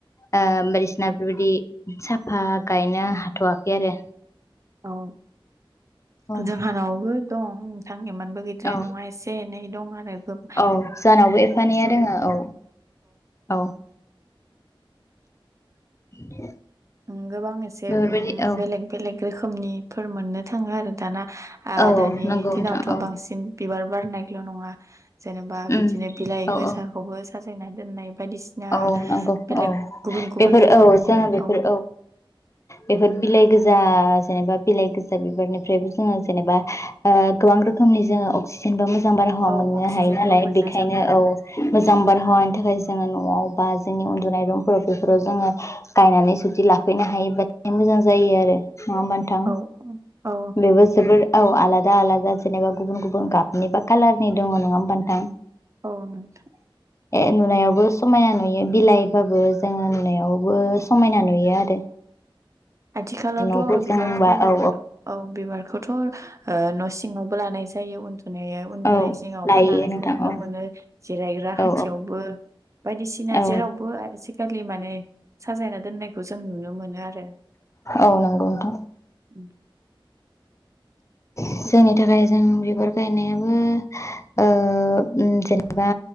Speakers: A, on the left (about 30°); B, on the right (about 35°).
A: ओ बायदिसिना बेफोरबायदि साफा गायनो हाथ'वाखै आरो।
B: औ।
A: औ
B: जोंहानावबो दं नोंथां एमानबो गैद्राय
A: औ
B: नंङा एसे एनै दं आरो गोब
A: औ जानावबो एफानैया दंङो औ औ <inaudible>
B: उम गोबां एसे
A: बेफोरबायदि
B: उम
A: औ
B: बेलेग बेलेग रोखोमनिफोर मोननो थांङो आरो दाना आ
A: औ
B: दानि
A: औ नंगौ
B: दिनावथ'
A: नोंथां औ
B: बांसिन बिबार बारनायल' नंङा जेनेबा
A: उम
B: बिदिनो बिलाइ
A: औ
B: गोजाखौबो
A: औ
B: साजायना दोननाय। बायदिसिना
A: औ नंगौ
B: बेलेग
A: औ
B: गुबुन गुबुन
A: बेफोर
B: रोखोमनि
A: औ जोङो बेफोर
B: औ। <inaudible>
A: बेफोर बिलाइ गोजा जेनेबा बिलाइ गोजा बिबारनिफ्रायबो जोंङो जेनेबा ओ गोबां रोखो मनि जोंङो अस्किजेनबा मो जां बारहावा
B: औ
A: मोननो
B: अक्सिजेनबो
A: हायो नालाय
B: मोननो
A: बेखायनो
B: थाङो
A: औ मोजां बारहावानि थाखाय जोङो न'आव बा जोंनि उन्दुनाय रुमफोराव बेफोराव जोङो गायनानै जुदि लाफैनो हायोबाथाय मोजां जायो। बिदि आरो नङा होनबा नोंथां?
B: औ औ
A: बेबो जोबोर औ आलादा आलादा जेनेबा गुबुन गुबुन गाबनि बा कालारनि दंङ नंङा होमबा नोंथां?
B: औ नोंथां।
A: ए नुनायावबो समायना नुयो बिलाइबाबो जोङो नुनायावबो
B: नोंथां।
A: समायना नुयो आरो।
B: आथिखालावथ'
A: न'फोरजोंबा
B: बिबारखौ
A: औ
B: औ। बिबारखौथ' ओ न' सिङावबो लानाय जायो उन दुनायाव उन्दुनाय
A: औ
B: जिङावबो
A: लायो
B: लानायखौ
A: नोंथां
B: नुनो
A: औ
B: मोनो जिरायग्रा खाथियावबो।
A: औ
B: बायदिसिना
A: औ
B: जेरावबो आजिखालि माने साजायना दोननायखौ जों नुनो मोनो आरो।
A: औ नंगौथ'।
B: उम। <inaudible>
A: जोंनि थाखाय जों बिबार गायनायाबो ओ उम जेनेबा